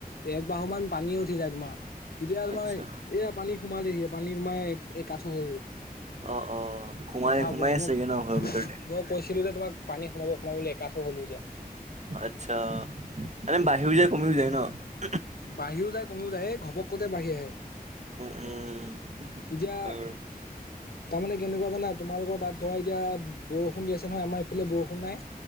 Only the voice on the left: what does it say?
এক বাহু মান পানী উঠি যায় তোমাৰ । তেতিয়া তোমাৰ
এয়া পানী সোমালেহি পানীৰ তোমাৰ এক আঠো হয় হি ।
কথা
বহি
মোক
মই কৈছিল হিলিলে তোমাক পানী সোমাব সোমাব বুলি এক আঠো হ'ল হি এতিয়া ।
বাঢ়িও যায় কমিও যায় এই ঘপক কতে বাঢ়ি আহে ।
এতিয়া
তাৰমানে কেনেকুৱা জানা তোমালোকৰ তাত ধৰা এতিয়া বৰষুণ দি আছে নহয় আমাৰ ইফালে বৰষুণ নাই